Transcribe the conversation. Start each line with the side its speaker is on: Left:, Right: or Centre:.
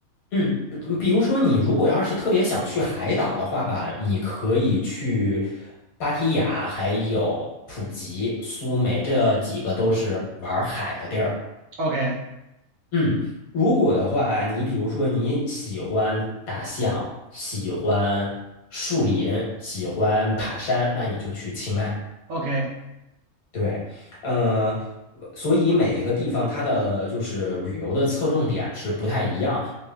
Left: 嗯，嗯比如说你如果要是特别想去海岛的话吧，你可以去芭提雅，还有普吉、苏梅，这几个都是玩海的地儿。
Right: ，OK
Left: 嗯，如果的话，你比如说你喜欢大象，喜欢树林，喜欢爬山，那你就去清迈；
Right: OK OK，
Left: 对，呃，所以每一个地方它的就是旅游的侧重点是不太一样，